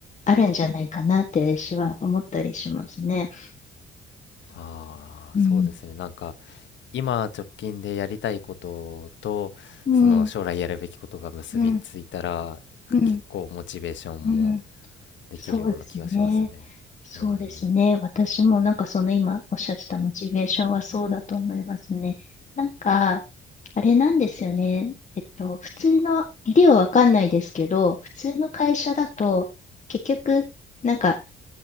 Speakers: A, on the left; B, on the left.
A: あるんじゃないかなって私は思ったりしますね。
B: ーあーそうですねなんか
A: うん、
B: 今直近でやりたいこととその将来やるべきことが結びついたら結構モチベーションも
A: うん、うん、うん、うん、
B: できるような気がしますね。
A: そうですね。そうですね。
B: うん。
A: 私もなんかその今おっしゃってたモチベーションはそうだと思いますね。なんか、あれなんですよね。えっと、普通の、理はわかんないですけど、普通の会社だと、結局、なんか、